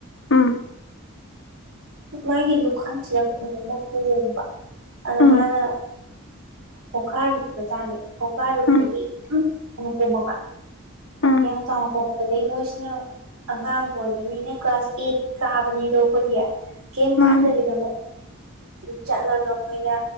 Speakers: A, on the left (about 60°); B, on the right (about 80°).
A: ꯎꯝ
B: ꯏ ꯃꯥꯒꯤ ꯂꯨꯈꯝꯁꯤꯗ ꯀꯩꯅꯣꯝꯃ ꯄꯣꯝꯕ ꯑꯗ
A: ꯎꯝ
B: ꯃꯥꯅ ꯄꯣꯛꯈꯥꯏꯔꯨꯕ ꯖꯥꯠꯅꯤ ꯄꯣꯛꯈꯥꯏꯔꯨꯕꯗꯒꯤ
A: ꯎꯝ
B: ꯌꯥꯝ ꯑꯃꯨꯛ ꯄꯣꯝꯃꯕ
A: ꯎꯝ
B: ꯌꯥꯝ ꯆꯥꯎꯅ ꯄꯣꯝꯃꯛꯄꯗꯩ ꯃꯣꯏꯁꯤꯅ ꯑꯉꯥꯡ ꯑꯣꯏꯕꯅꯤꯅ ꯀ꯭ꯂꯥꯁ ꯑꯦꯠ ꯀꯥꯕꯅꯤꯗꯣ ꯑꯩꯈꯣꯏꯗꯤ ꯀꯩꯝ
A: ꯃꯥꯅꯦ
B: ꯈꯟꯗꯕꯤꯗ ꯃꯣꯏ ꯑꯗꯨꯝ ꯆꯠꯂꯒ ꯃꯣꯏꯅ